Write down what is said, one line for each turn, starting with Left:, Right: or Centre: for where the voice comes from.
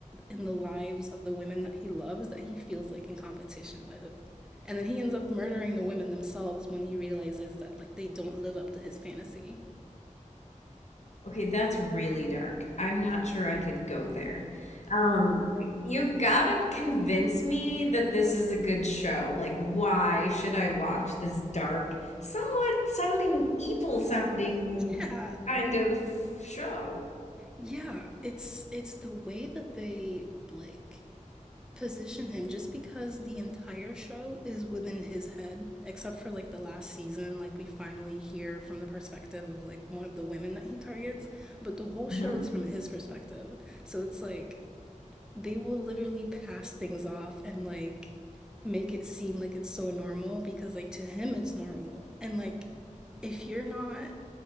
Centre: in the lives of the women that he loves that he feels like in competition with. And then he ends up murdering the women themselves when he realizes that like they don't live up to his fantasy.
Left: Okay, that's really dark. I'm not sure I could go there. Um, you gotta convince me that this is a good show. Like, why should I watch this dark, somewhat sounding evil sounding
Centre: Yeah,
Left: kind of show?
Centre: Yeah, it's it's the way that they like position him just because the entire show is within his head except for like the last season like we finally hear from the perspective of like one of the women that he targets but the whole show
Left: Mhm.
Centre: is from his perspective so it's like they will literally pass things off and like make it seem like it's so normal because like to him it's normal and like if you're not